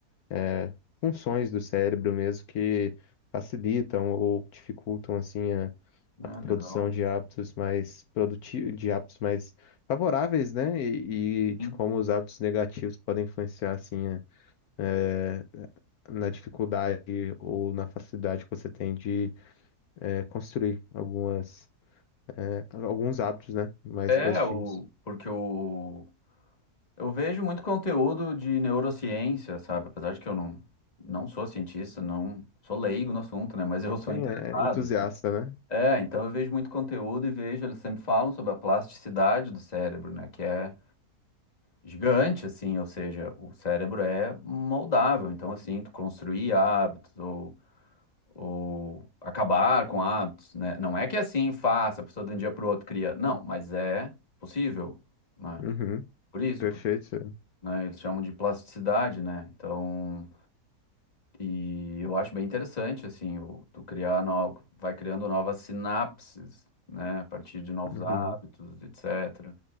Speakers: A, on the left; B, on the left.
A: eh, funções do cérebro mesmo que facilitam ou dificultam assim a,
B: Ah,
A: a produção
B: legal.
A: de hábitos mais produtivos, de hábitos mais favoráveis, né? E, e de
B: Sim.
A: como os hábitos negativos podem influenciar assim a, é, na dificuldade ou na facilidade que você tem de eh, construir algumas, eh, alguns hábitos, né? Mais
B: É,
A: positivos.
B: o, porque eu, eu vejo muito conteúdo de neurociência, sabe? Apesar de que eu não, não sou cientista, não sou leigo no assunto, né? Mas eu sou
A: Sim,
B: interessado.
A: é entusiasta,
B: assim.
A: né?
B: É, então eu vejo muito conteúdo e vejo, eles sempre falam sobre a plasticidade do cérebro, né? Que é gigante, assim, ou seja, o cérebro é moldável. Então, assim, tu construir hábitos ou ou acabar com hábitos, né? Não é que é assim faça a pessoa de um dia para o outro cria, não, mas é possível, né?
A: Uhum,
B: Por isso,
A: perfeito.
B: por- né? Eles chamam de plasticidade, né? Então, e eu acho bem interessante assim, o, tu criar novo, vai criando novas sinapses, né? A partir de novos
A: Uhum.
B: hábitos, etc.